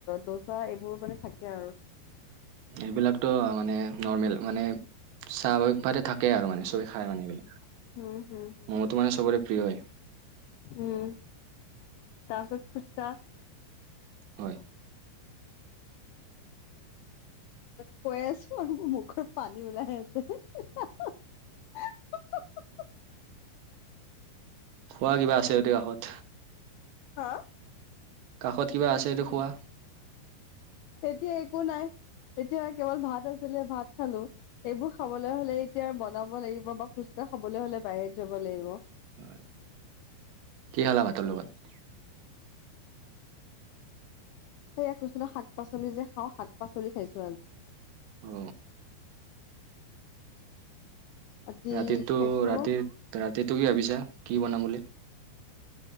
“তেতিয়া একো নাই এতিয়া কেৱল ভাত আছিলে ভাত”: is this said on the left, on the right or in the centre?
Left